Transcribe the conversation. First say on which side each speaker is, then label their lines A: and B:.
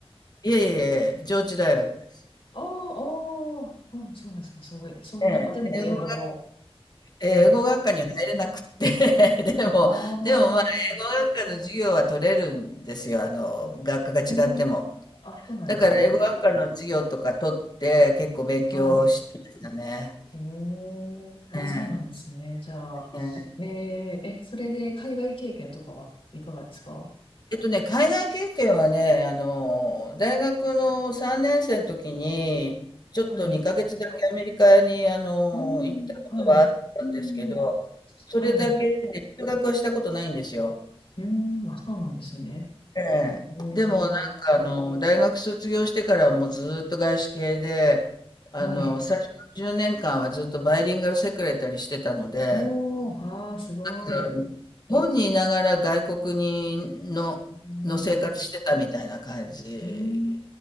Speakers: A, on the left (about 45°); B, on the left (about 65°).
A: いえいえいえ、
B: あ
A: 上智大学で
B: あ、ああ、うん、そうですか、すごい。その中でも英語の、
A: ええ、英語が英語学科には入れなくって、
B: はい。
A: <laughs> でも、
B: ああ、
A: でもまあ、英語学科の授業は取れるんですよ、
B: う
A: あの、学科が違っても。
B: ん。あ、そうなんですね。
A: だから英語学科の授業とか取って、結構勉強してましたね。
B: はい。ええあ、
A: ええ、
B: そうなんですね。じゃあ、
A: ええ。
B: えええ、それで海外経験とかはいかがですか
A: えっとね、海外経験はね、あの、大学の3年生の時に、ちょっと2ヶ月だけアメリカに、
B: はい。
A: あの、
B: うん、
A: 行ったことはあったんですけど、
B: はい。うん、
A: それだけで留学はしたことないんですよ。
B: はい。うん、あ、そうなんですね。
A: ええ。
B: ええ
A: でもなんかあの、大学卒業してからはもうずーっと外資系で、あの、
B: はい。
A: 最初の10年間はずっとバイリンガルセクレタリーしてたので、
B: おー、ああ、すごい。
A: うん、本にいながら外国にの、
B: うん、
A: の生活してたみたいな感じ
B: うん、